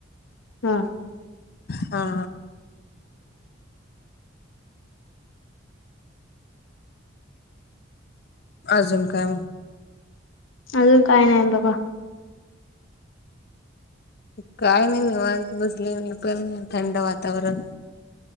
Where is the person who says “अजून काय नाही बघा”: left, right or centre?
Left